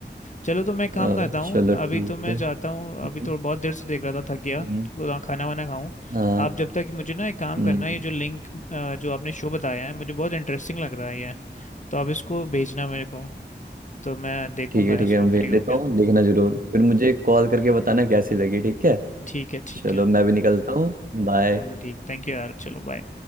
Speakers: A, on the left; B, on the right.
A: चलो तो मैं एक काम
B: आ,
A: करता हूँ
B: चलो ठीक
A: अभी तो मैं
B: है
A: जाता हूँ
B: हम्म,
A: अभी तो बहुत देर से देख रहा था थक गया
B: हम्म,
A: तो खाना वाना खाऊं
B: आ,
A: आप जब तक मुझे ना एक काम
B: हम्म,
A: करना ये जो लिंक जो आपने शो बताया है मुझे बहुत इंटरेस्टिंग लग रहा है ये तो आप इसको भेजना मेरे को तो मैं देखूंगा
B: ठीक है ठीक
A: इसको
B: है मैं
A: फ्री
B: भेज
A: हो
B: देता
A: क्या
B: हूँ देखना जरूर फिर मुझे कॉल करके बताना कैसी लगी ठीक है
A: ठीक है ठीक
B: चलो
A: है
B: मैं भी निकलता हूँ बाय
A: चलो ठीक थैंक यू यार चलो बाय